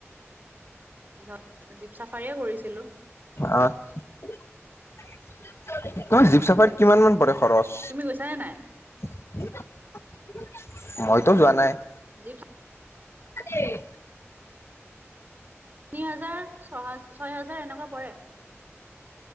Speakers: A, on the right (about 40°); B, on the left (about 60°).
A: কিহত, জীপ চাফাৰীয়ে কৰিছিলো।
B: অ তোমাৰ জীপ চাফাৰীত কিমান মান পৰে? খৰচ,
A: তুমি গৈছানে নাই
B: মইতো যোৱা নাই।
A: জীপ
B: এনেই
A: তিনি হাজাৰ, ছ ছয় হাজাৰ এনেকোৱা পৰে।